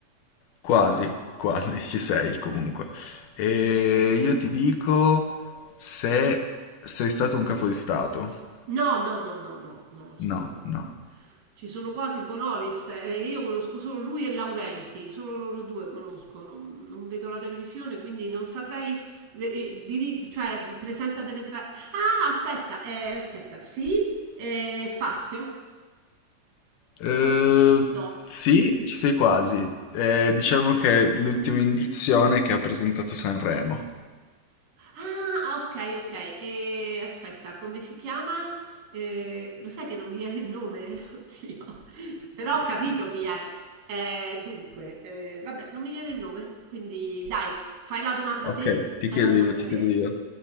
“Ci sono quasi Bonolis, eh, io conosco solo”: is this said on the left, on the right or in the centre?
Right